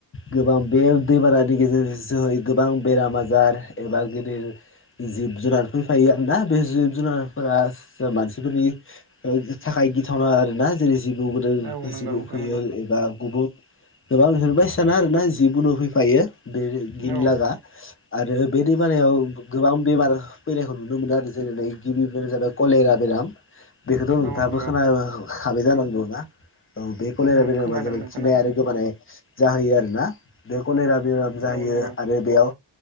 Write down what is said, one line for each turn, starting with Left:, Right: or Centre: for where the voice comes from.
Left: गोबां बे दैबानानि गेजेर जोहै गोबां बेराम आजार एबा गेदेर जिब जुनार फैफायो आंना बे जिब जुनारफोरा मानसिफोरनि थाखाय गिथावना आर ना जेरै जिबौ गोदोर
Right: औ नंगौ
Left: जिबौ
Right: नोंथां
Left: फैयो एबा गुबुन गोबां बिबायसाना आरोना जिबु उनु फैफायो बे
Right: नंगौ
Left: गिनो लागा
Right: औ
Left: आरो बे दैबानायाव गोबां बेमार फैनायखौ नुनो मोनो आरो जेरै गिबि बेरामा जाबाय कलेरा बेराम राम बे
Right: औ
Left: नोंथाङाबो
Right: नंगौ
Left: खोनाखाबाय जानांगौ ना औ बे कलेरा
Right: उम
Left: बेरामा
Right: खोनादों
Left: जाबाय
Right: नों
Left: खिनाय
Right: खोनादों
Left: आरो गोबानाय जाहोयो आरोना बे कलेरा बेराम जाहैयो
Right: औ नंगौ
Left: आरो बेयाव